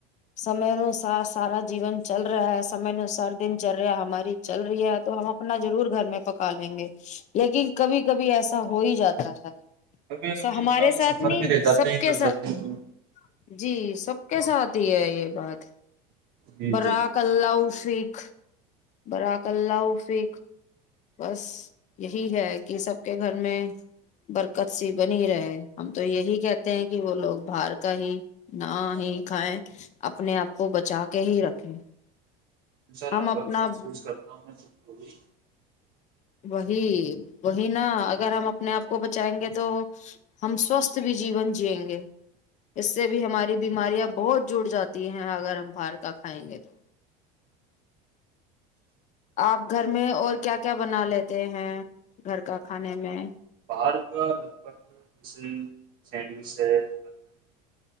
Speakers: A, on the left; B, on the right.
A: سمے انوسار سارا جیون چل رہا ہے سمے انوسار دن چل رہا ہماری چل رہی ہے تو ہم اپنا ضرور گھر میں پکا لیں گے لیکن کبھی کبھی ایسا ہو ہی جاتا ہے
B: کبھی
A: س
B: کبھی
A: ہمارے
B: ان شاء اللہ
A: ساتھ
B: سفر
A: نہیں
B: میں رہ جاتے
A: سب
B: ہیں
A: کے
B: کر
A: ساتھ
B: جاتے ہیں تو
A: جی سب کے ساتھ ہے یہ بات <unintelligible>
B: جی
A: برا
B: جی
A: ک اللہؤ ٹھیک برااک اللہ عفق بس یہی ہے کہ سب کے گھر میں برکت سی بنی رہے ہم تو یہی کہتے ہیں کہ وہ لوگ باہر کا ہی نہ ہی کھائیں اپنے آپ کو بچا کے ہی رکھیں
B: انشاء اللہ
A: ہم
B: وقت
A: اپنا
B: محفوظ کرتا ہوں میں خود کو بھی
A: وہی وہی نا اگر ہم اپنے آپ کو بچائیں گے تو ہم سوستھ بھی جیون جیئیں گے اس سے بھی ہماری بیماریاں بہت جڑ جاتی ہیں اگر ہم باہار کا کھائیں گے تو آپ گھر میں اور کیا کیا بنا لیتے ہیں گھر کا کھانے میں
B: بر کا لگ بگ جیسے سینڈوچ ہے برگر ہے